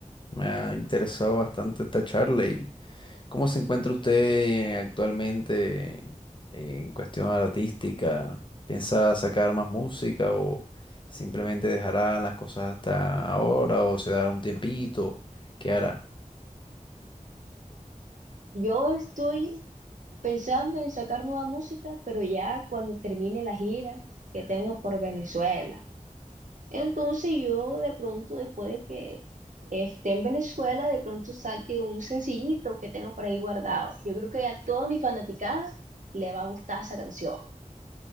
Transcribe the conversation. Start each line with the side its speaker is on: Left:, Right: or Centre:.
Left: Me ha interesado bastante esta charla y ¿cómo se encuentra usted actualmente en cuestión artística? ¿Piensa sacar más música o simplemente dejará las cosas hasta ahora o se dará un tiempito? ¿Qué hará?
Right: Yo estoy pensando en sacar nueva música, pero ya cuando termine la gira que tengo por Venezuela. Entonces yo de pronto, después de que esté en Venezuela, de pronto saque un sencillito que tengo por ahí guardado. Yo creo que a toda mi fanaticada le va a gustar esa canción.